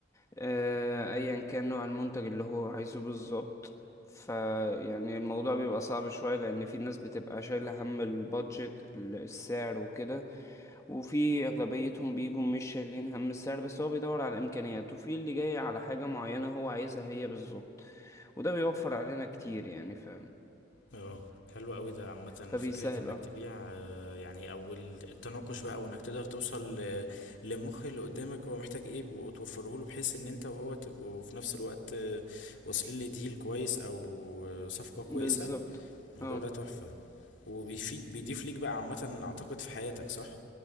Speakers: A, on the left; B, on the left.
A: آه، أيا كان نوع المنتج اللي هو عايزه بالظبط فيعني الموضوع بيبقى صعب شوية لأن في ناس بتبقى شايلة هم البادجت ال- السعر وكده وفي أغلبيتهم بيجوا مش شايلين هم السعر بس هو بيدور على إمكانيات وفي اللي جاي على حاجة معينة هو عايزها هي بالظبط وده بيوفر علينا كتير يعني ف...
B: اه حلو قوي ده عامة
A: فبيسهل
B: فكرة انك
A: اه
B: تبيع آه، يعني او ال- التناقش بقى وانك تقدر توصل ل- لمخ اللي قدامك هو محتاج ايه وتوفره له بحيث ان انت وهو تبقوا في نفس الوقت آه، واصلين لديل كويس او آه، صفقة كويسة
A: بالظبط
B: الموضوع
A: اه
B: ده تحفة وبيفيد بيضيف ليك بقى عامة اعتقد في حياتك صح؟